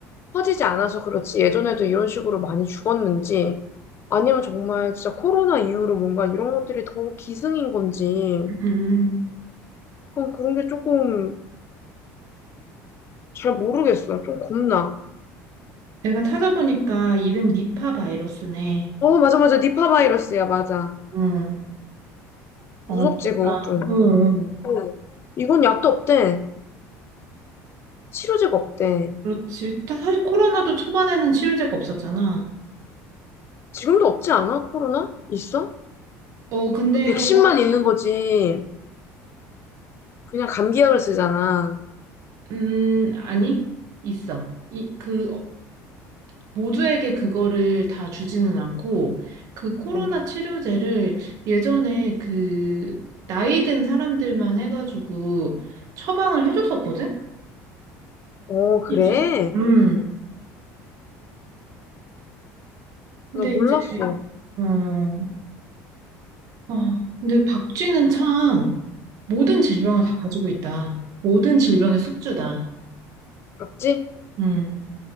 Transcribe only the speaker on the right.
음, 음, 음.
내가 찾아보니까 이름 니파 바이러스네.
응.
어, 무섭다.
어, 어.
그렇지. 다- 사실 코로나도 초반에는 치료제가 없었잖아.
어, 근데,
음, 아니, 있어. 이, 그, 어, 모두에게 그거를 다 주지는 않고, 그 코로나
치료제를 예전에 그, 나이 든 사람들만 해가지고 처방을 해줬었거든?
그치. 음. 근데
이제, 어, 아, 근데 박쥐는 참 모든 질병을 다 가지고 있다. 모든 질병의 숙주다.
음,